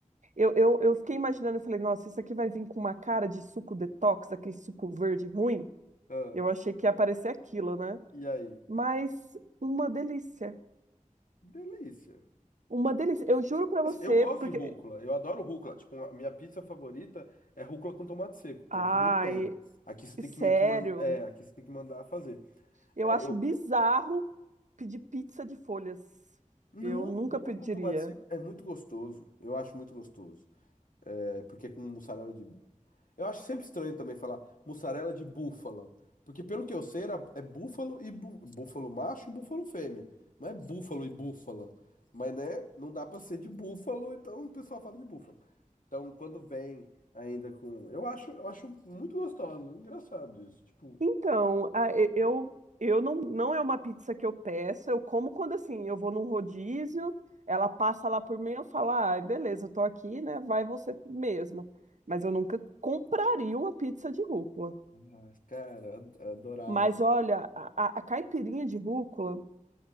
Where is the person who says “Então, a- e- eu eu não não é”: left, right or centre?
Right